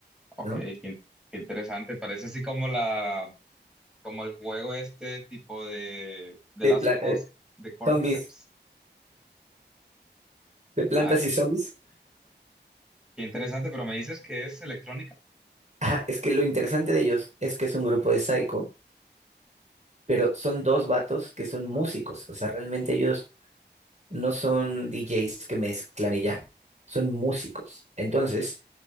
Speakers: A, in the centre; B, on the right.
A: Ok,
B: ¿no?
A: qué, in- qué interesante. Parece así como la, como el juego este tipo de, de
B: De
A: Last
B: pla-
A: of
B: eh,
A: Us, de Cordyceps.
B: zombies, <laughs> de plantas
A: Ah,
B: y zombies.
A: qué interesante, pero me dices que es electrónica.
B: Ajá, es que lo interesante de ellos es que es un grupo de psycho, pero son dos vatos que son músicos, o sea, realmente ellos no son DJs que mezclan y ya, son músicos. Entonces,